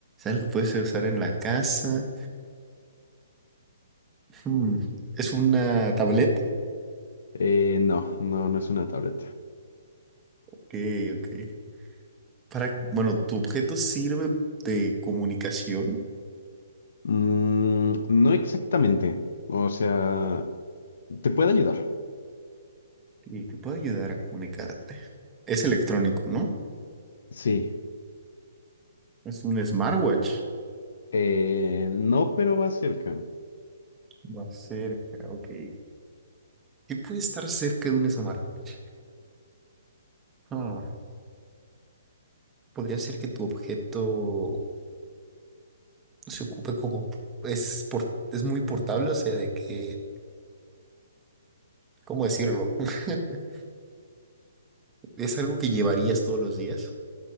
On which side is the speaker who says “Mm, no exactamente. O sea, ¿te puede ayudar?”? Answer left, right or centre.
Left